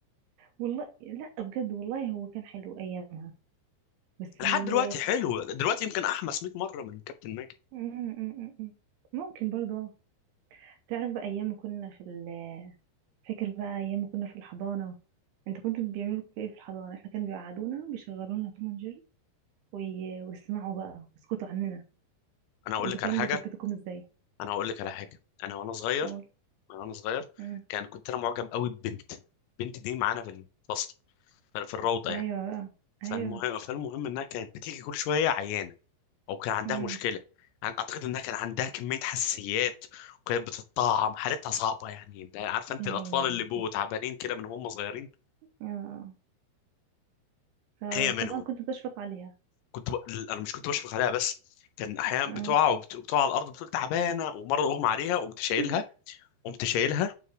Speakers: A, on the right; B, on the left.
A: والله لا بجد والله هو كان حلو ايامها بس
B: لحد
A: اللي
B: دلوقتي حلو دلوقتي يمكن احمس 100 مرة من كابتن ماجد
A: مم، مم، مم، مم. ممكن برضه آه. تعرف بقى ايام ما كنا في ال فاكر بقى ايام ما كنا في الحضانه انت كنت بيعملوا فيكوا ايه في الحضانه احنا كانوا بيقعدونا بيشغلونا توم اند جيري وي- ويسمعوا بقى ويسكتوا عننا
B: انا هقول
A: انتوا
B: لك
A: كانوا
B: على حاجه
A: بيسكتوكم ازاي
B: انا هقول لك على حاجه انا وانا صغير
A: قول
B: انا وانا صغير
A: مم.
B: كان كنت انا معجب قوي ببنت البنت دي معانا في الفصل في في الروضه
A: ايوه
B: يعني
A: بقى
B: فالمهم
A: ايوه
B: فالمهم انها كانت بتيجي كل شويه عيانه او كان عندها
A: مم.
B: مشكله عن- اعتقد انها كان عندها كميه حساسيات وكانت بتتطعم حالتها صعبه يعني انت عارفه انت
A: يا
B: الاطفال
A: عيني يا
B: اللي
A: بنتي
B: بيبقوا تعبانين كده من هم صغيرين
A: اه فطبعا
B: هي منهم
A: كنت بتشفق عليها
B: كنت ب... انا مش كنت بشفق عليها بس كان احيانا
A: اه
B: بتقع وبتقع على الارض بتقول تعبانه ومره اغمى عليها قمت شايلها
A: <laughs>
B: قمت شايلها